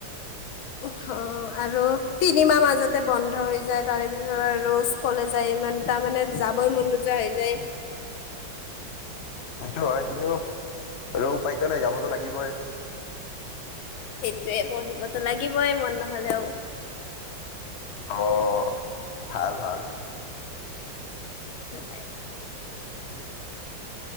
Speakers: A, on the left (about 85°); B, on the left (about 45°).
A: অ' আৰু তিনিমাহ মাজতে বন্ধ হৈ যায় তাৰে পিছত আৰু ৰুজ ক'লেজ যায় ইমান তাৰ মানে যাবই মনযো যোৱা হৈ যায়। <inaudible>
B: সেইটো হয়, কিন্তু হলেও উপায়তো নাই যাবতো লাগিবই।
A: তে পঢ়িবতো লাগিবই মন নহলেও।
B: অ', ভাল, ভাল।
A: হয়,